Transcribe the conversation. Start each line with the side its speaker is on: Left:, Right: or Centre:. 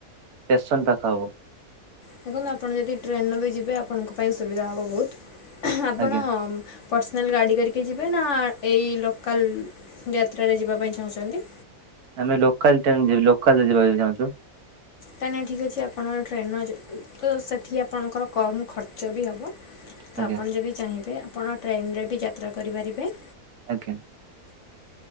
Right: ଷ୍ଟେସନ ପାଖ ହବ।
Left: ଦେଖନ୍ତୁ ଆପଣ ଯଦି ଟ୍ରେନ୍ ବି ଯିବେ ଆପଣଙ୍କ ପାଇଁ ସୁବିଧା ହେବ ବହୁତୁ। ଆପଣ
Right: ଆଜ୍ଞା।
Left: ପର୍ସନାଲ୍ ଗାଡ଼ି କରିକି ଯିବେ ନା। ଏଇ ଲୋକାଲ ଯାତ୍ରାରେ ଯିବା ପାଇଁ ଚାହୁଁଛନ୍ତି?
Right: ଆମେ ଲୋକାଲ ଟ୍ରେନେ ଯିବୁ ଲୋକାଲ ରେ ଯିବାକୁ ଚାହୁଁଛୁ।
Left: ତା ନାଇଁ ଠିକ୍ ଅଛି ଆପଣଙ୍କ ଟ୍ରେନଯଉ। ତ ସେଠି ଆପଣଙ୍କର କମ୍ ଖର୍ଚ୍ଚ ବି ହବ। ତ
Right: ଆଜ୍ଞା
Left: ଆପଣ ଯଦି ଚାହିଁବେ ଆପଣ ଟ୍ରେନେରେ ବି ଯାତ୍ରା କରିପାରିବେ।
Right: ଆଜ୍ଞା।